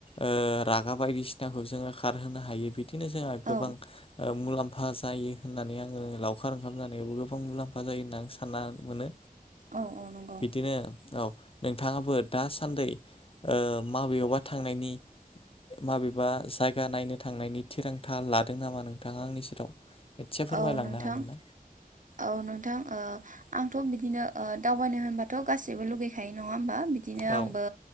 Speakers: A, on the left; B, on the right.
A: ओ रागा बायदिसिनाखौ जोङो खारहोनो हायो बि दिनो जोंहा गोबां
B: औ
A: ओ मुलाम्फा जायो होननानै आङो लावखार ओंखाम जानायावबो गोबां मुलाम्फा जायो होनना आं सानना मोनो।
B: औ औ नंगौ
A: बिदिनो औ। नोंथाङाबो दासान्दि माबेबा थांनायनि माबेबा जायगा नायनो थांनायनि थिरांथा लादों नामा नोंथाङा आंनि सेराव एसे फोरमायलांनो
B: औ नोंथां
A: हागोन ना?
B: औ नोंथां आंथ' बिदिनो ओ दावबायनो होनबाथ' गाैबो लुगैखायो नङा होमबा बिदिनो
A: औ
B: आंबो